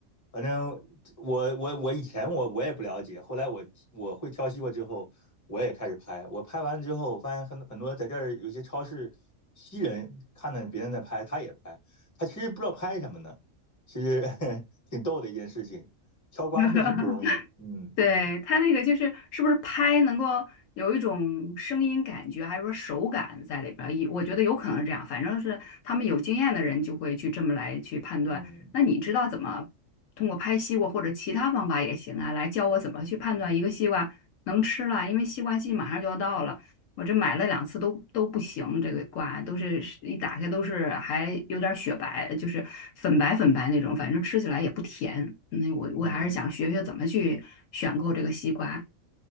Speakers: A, on the left (about 15°); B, on the left (about 70°).
A: 反正我我我以前我我也不了解，后来我我会挑西瓜之后，我也开始拍。我拍完之后，我发现很很多在这儿有些超市西人看到别人在拍，他也拍，他其实不知道拍什么呢，其实 <laughs> 挺逗的一件事情。挑瓜确实不容易，
B: <laughs>
A: 嗯嗯
B: 对，他那个就是是不是拍能够有一种声音感觉，还是说手感在里边儿？也我觉得有可能是这样，反正是他们有经验的人就会去这么来去判断。
A: 嗯
B: 那你知道怎么通过拍西瓜或者其他方法也行啊，来教我怎么去判断一个西瓜能吃了，因为西瓜季马上就要到了。我这买了两次都都不行，这个瓜都是一打开都是还有点雪白，就是粉白粉白那种，反正吃起来也不甜。那我我还是想学学怎么去选购这个西瓜。
A: 嗯。